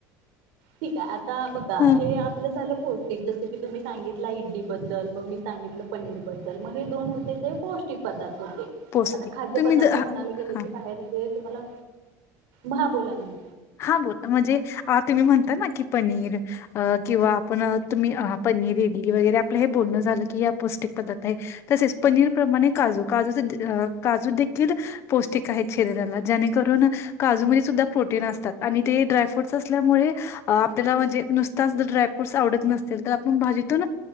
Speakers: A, on the right (about 75°); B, on the left (about 35°).
A: ठीक आहे आ ता बघा
B: ह
A: हे आपलं झालं होय एक जसे की तुम्ही सांगितला इडलीबद्दल मग मी सांगितलं पनीरबद्दल मग हे दोन होते ते पौष्टिक पदार्थ अ हं
B: पोचते
A: आता खाद्य
B: तुम्ही
A: पदार्थ
B: जर हा
A: म्हणायला गेले की बाहेरचे तुम्हाला महा बोला ना
B: हा ब म्हणजे तुम्ही म्हणता ना कि पनीर किंवा आपण तुम्ही पनीर इडली वगैरे आपलं हे बोलणं झालं की ह पौष्टिक पदार्थ आहे तसेच पनीर प्रमाणे काजू काजूचे काजू देखील पौष्टिक आहेत शरीराला जेणेकरून काजूमध्ये सुद्धा प्रोटीन अस आणि ते ड्राय फ्रूट असल्यामुळे आपल्याला म्हणजे नुसताच ड्राय फ्रूटस आवडत नसतील तर आपण भाजीतून